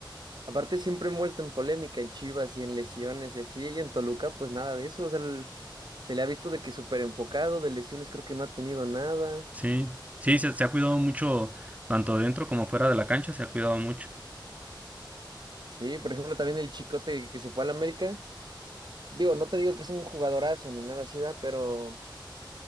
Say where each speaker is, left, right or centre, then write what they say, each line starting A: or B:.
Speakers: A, on the right; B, on the right.
A: Aparte siempre envuelto en polémica en Chivas y en lesiones y así, y en Toluca pues nada de eso, o sea, el- se le ha visto de que súper enfocado, de lesiones creo que no ha tenido nada.
B: sí, sí, se, se ha cuidado mucho, tanto dentro como fuera de la cancha, se ha cuidado mucho.
A: Sí, por ejemplo también el Chicote que se fue al América, digo, no te digo que es un jugadorazo ni nada así, va, pero